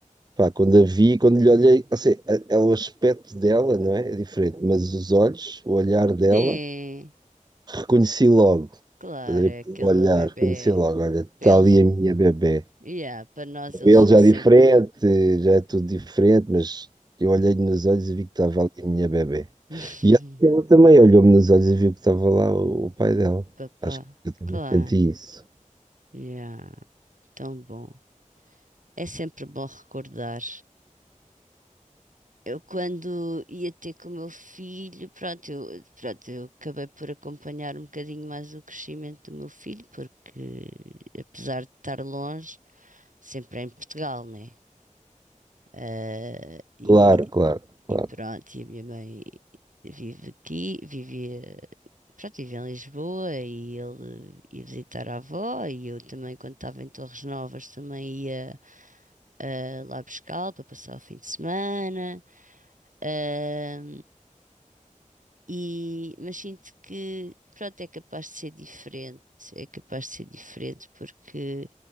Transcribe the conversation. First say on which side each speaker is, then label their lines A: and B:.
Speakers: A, on the right (about 30°); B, on the right (about 70°).
A: Pá, quando a vi, quando lhe olhei, ou seja, a- é o aspecto dela, não é? É diferente, mas os olhos, o olhar dela,
B: sim,
A: reconheci logo.
B: claro,
A: Estás a ver?
B: é aquele
A: Pelo olhar,
B: bebê.
A: reconheci logo, olha, está
B: Para Eles,
A: ali a minha bebé.
B: yeah, para nós eles
A: Ele
B: são
A: já
B: sempre.
A: é diferente, já é tudo diferente, mas eu olhei-lhe nos olhos e vi que estava ali a minha bebé.
B: <laughs>
A: E acho que ela também olhou-me nos olhos e viu que estava lá o, o pai dela.
B: Papá,
A: Acho que eu também
B: claro,
A: senti isso.
B: yeah, tão bom. É sempre bom recordar. Eu quando ia ter com o meu filho, pronto, eu, pronto, eu acabei por acompanhar um bocadinho mais o crescimento do meu filho, porque apesar de estar longe, sempre é em Portugal, né? Ah, e,
A: Claro, claro, claro.
B: e pronto, e a minha mãe vive aqui, vivia, pronto, vive em Lisboa e ele ia visitar a avó e eu também quando estava em Torres Novas também ia ah, lá buscá-lo para passar o fim de semana. Ah, E, mas sinto que, pronto, é capaz de ser diferente, é capaz de ser diferente, porque